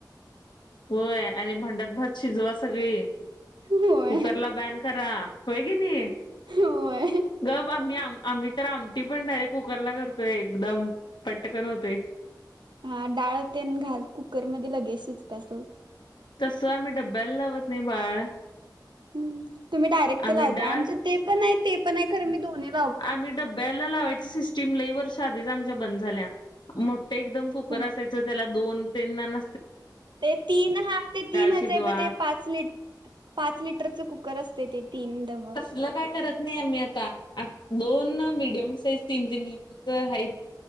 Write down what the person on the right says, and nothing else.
होय
होय
हा, डाळ तेन घाल कुकरमध्ये लगेच शीजत्या सोड.
हं, तुम्ही डायरेक्ट
ते लावताय,
आमचं ते पण आहे, ते पण आहे, खर मी दोनी-
हो
ते तीन हा, ते तीनाचय
प ते पाच ली पाच लिटरचं कुकर असतय ते. तीन डब.